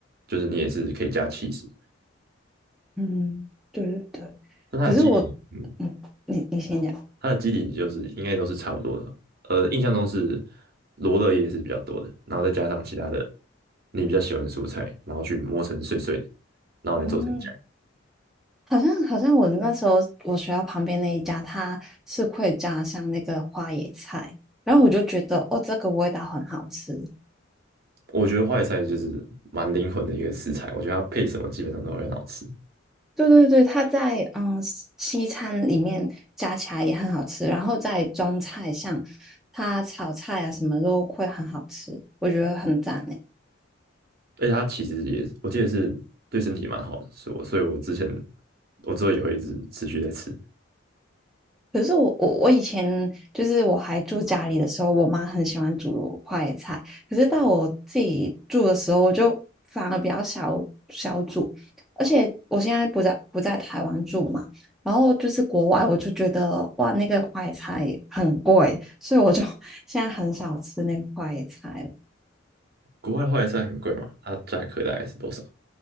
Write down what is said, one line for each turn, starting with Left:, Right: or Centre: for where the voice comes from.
Right: 就是你也是可以加 c h
Centre: 嗯，对对对。
Right: 但它的基底，
Centre: 可是我，
Right: 嗯，
Centre: 嗯，你你先讲。
Right: 它的基底就是应该都是差不多的。呃，印象中是罗勒叶是比较多的，然后再加上其他的你比较喜欢的蔬菜，然后去磨成碎碎的，然后来做成酱。
Centre: 嗯，好像好像我那时候我学校旁边那一家，它是会加上那个花椰菜，然后我就觉得哦，这个味道很好吃。
Right: 我觉得花坏菜就是蛮灵魂的一个食材，我觉得它配什么基本上都会很好吃。
Centre: 对对对，它在嗯西西餐里面加起来也很好吃，然后在中菜上，它炒菜啊什么都会很好吃，我觉得很赞诶。
Right: 而且它其实也，我记得是对身体蛮好的，所以我所以我之前我之后也会一直持续在吃。
Centre: 可是我我我以前就是我还住家里的时候，我妈很喜欢煮快菜。可是到我自己住的时候，我就反而比较少少煮。而且我现在不在不在台湾住嘛，然后就是国外，我就觉得哇，那个快菜很贵，所以我就 <laughs> 现在很少吃那个快菜了。
Right: 国外的花椰菜很贵嘛，它价格大概是多少？